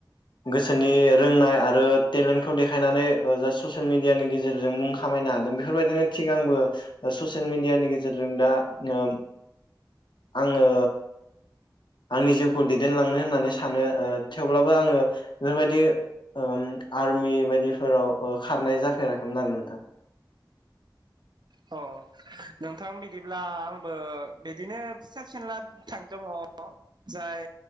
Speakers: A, on the left; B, on the right.
A: गोसोनि रोंनाय आरो टेलेन्टखौ देखायनानै ओ जा ससियेल मिडियानि गेजेरजों मुं खामायनो हादों बेफोरबायदिनो थिग आंबो ससियेल मिडियानि गेजेरजों दा ओ आङो आंनि जिउखौ दैदेनलांनो होननानै सानो ओ थेवब्लाबो आङो बेफोरबायदि ओम आर्मि बायदिफोराव ओ खारनाय जाफेराखैमोन आरो नोंथां।
B: औ अ नोंथां बिदिब्ला आंबो बिदिनो फिसा फिनला <inaudible> दङ जाय